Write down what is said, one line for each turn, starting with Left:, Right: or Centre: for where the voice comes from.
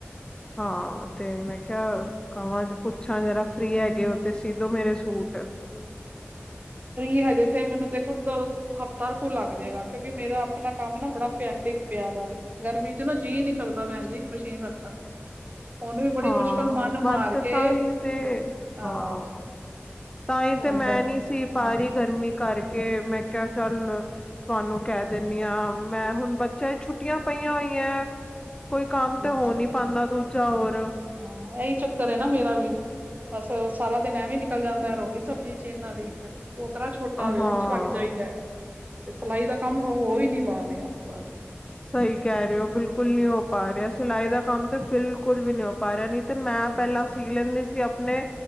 Left: ਹਾਂ ਤੇ ਮੈਂ ਕਿਹਾ ਕਵਾਂ ਪੁ ਪੂਛਾਂ ਜਰਾ ਫ੍ਰਰੀ ਹੈਗੇ ਉਹ ਤੇ ਸੀਦੋ ਮੇਰੇ ਸੂਟ।
Right: ਫ੍ਰੀ ਹਜ ਤੇ ਮਨ ਦੇਖੋ ਦ ਹਫ਼ਤਾ ਕੋ ਲੱਗ ਜਾਏਗਾ ਕਿਉਂਕਿ ਮੇਰਾ ਆਪਣਾ ਕੰਮ ਨਾ ਬੜਾ ਪੈਂਡਿੰਗ ਪਿਆ ਵਾ ਵੇ। ਗਰਮੀ ਚ ਨਾ ਜੀਅ ਨਿ ਕਰਦਾ ਭੈਣ ਜੀ, ਮਸ਼ੀਨ ਰੱਖਣ ਤੇ। ਹੁਣ ਵੀ ਬੜੀ
Left: ਹਾਂ,
Right: ਮੁਸ਼ਕਿਲ
Left: ਮਨ
Right: ਮਾਰ
Left: ਤੇ
Right: ਕੇ
Left: ਤਾਂ ਹੀ ਤੇ
Right: ਅਹ
Left: ਹਾਂ। ਤਾਂ ਹੀ ਤੇ
Right: ਹੁਣ
Left: ਮੈਂ
Right: ਬਣ
Left: ਨਹੀ ਸੀ ਪਾ
Right: ਹਾਂ
Left: ਰਹੀ ਗਰਮੀ ਕਰਕੇ, ਮੈਂ ਕਿਹਾ ਚੱਲ। ਤੁਹਾਨੂੰ ਕਹਿ ਦਿੰਦੀ ਹਾਂ, ਮੈਂ ਹੁਣ ਬੱਚਿਆਂ ਛੁੱਟੀਆਂ ਪਈਆਂ ਹੋਈਆਂ। ਕੋਈ ਕੰਮ
Right: ਹਾਂ
Left: ਤੇ ਹੋ ਨੀ ਪਾਉਂਦਾ ਦੂਜਾ ਹੋਰ।
Right: ਹਾਂ, ਇਹੀ ਚੱਕਰ ਹੈ ਨਾ ਮੇਰਾ ਵੀ। ਬਸ ਸਾਰਾ ਦਿਨ ਐਵੇ ਵੀਂ ਨਿਕਲ ਜਾਂਦਾ ਏ, ਰੋਟੀ ਸਬਜ਼ੀ ਚ ਇਹਨਾਂ ਦੀ। ਤਰਾ ਛੋਟਾ ਵੇ
Left: ਹਾਂ
Right: ਉੱਦੇ ਚ ਲੱਗ ਜਾਈਦਾ ਤੇ ਸਿਲਾਈ ਦਾ ਕੰਮ ਹੋ ਹੋ ਈ ਨਈ ਪਾ ਰਿਆ ਬਸ।
Left: ਸਈ ਕੈ ਰਏ ਓ ਬਿਲਕੁਲ ਨੀ ਹੋ ਪਾ ਰਿਆ, ਸਿਲਾਈ ਦਾ ਕੰਮ ਤੇ ਬਿਲਕੁਲ ਵੀ ਨੀ ਹੋ ਪਾ ਰਿਆ ਨੀ ਤੇ ਮੈਂ
Right: ਹਮ
Left: ਪੈਲਾਂ ਸੀ ਲੈਂਦੀ ਸੀ ਆਪਣੇ।